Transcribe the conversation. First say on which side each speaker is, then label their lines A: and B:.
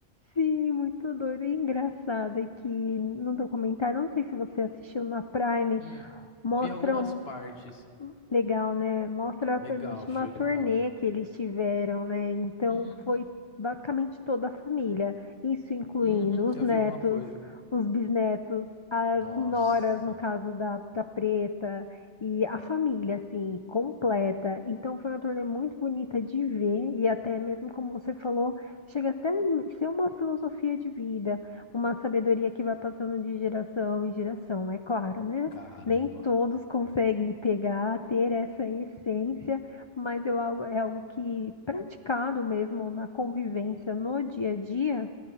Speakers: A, on the left; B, on the left.
A: Sim, muito doido e é engraçado é que no documentário, não sei se você assistiu na Prime,
B: Hum,
A: mostram
B: vi algumas partes.
A: Legal, né? Mostra
B: Legal,
A: a penúltima
B: show
A: turnê
B: de bola.
A: que eles tiveram, né? Então
B: Hum,
A: foi basicamente toda a família, isso incluindo
B: uhum,
A: os
B: eu
A: netos,
B: vi alguma coisa.
A: os bisnetos, as
B: Nossa,
A: noras, no caso da, da Preta, e a família, assim, completa. Então foi uma turnê muito bonita de ver, e até mesmo como você falou, chega até a ser uma filosofia de vida, uma sabedoria que vai passando de geração em geração, é claro, né?
B: caramba.
A: Nem todos conseguem pegar, ter essa essência, mas eu, algo- é algo que, praticado mesmo na convivência, no dia a dia,